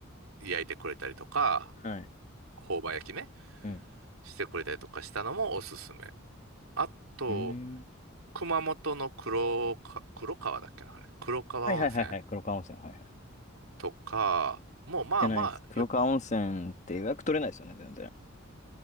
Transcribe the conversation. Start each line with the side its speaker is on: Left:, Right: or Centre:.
Right: 焼いてくれたりとか、
Left: はい。
Right: 朴葉焼きね、
Left: うん。
Right: してくれたりとかしたのもおすすめ。あと、
Left: うーん。
Right: 熊本の黒か、黒川だっけな、あれ。黒川温泉
Left: はいはいはいはい調子し川温泉。はいはい。行
Right: とか、もうまあまあ、
Left: ってないです。黒川温泉って予約取れないですよね、
Right: よ、
Left: 全然。